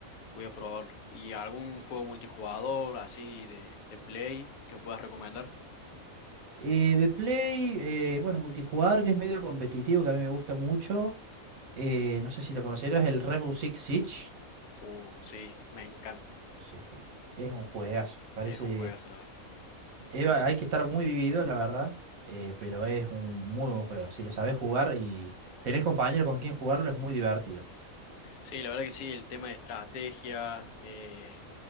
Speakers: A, on the left (about 85°); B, on the right (about 80°).
A: voy a probarlo. ¿Y algún juego multijugador así de, de Play que puedas recomendar?
B: Y de Play, eh, bueno, multijugador que es medio competitivo, que a mí me gusta mucho. eh, no sé si lo conocerás, el Rainbow Six Siege.
A: Uh, sí, me encanta.
B: Sí, es un juegazo. Parece
A: Es un juegazo, la verdad.
B: Eva, hay que estar muy vivido, la verdad, eh, pero es un muy buen juego. Si lo sabes jugar y tenés compañeros con quien jugarlo, es muy divertido.
A: Sí, la verdad que sí, el tema de estrategia, eh,